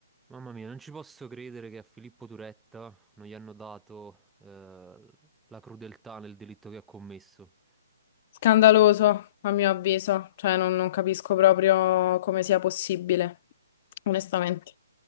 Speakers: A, in the centre; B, on the left (about 30°).
A: Mamma mia, non ci posso credere che a Filippo Turetta non gli hanno dato eh, la crudeltà nel delitto che ha commesso.
B: Scandaloso, a mio avviso, cioè non, non capisco proprio come sia possibile, onestamente.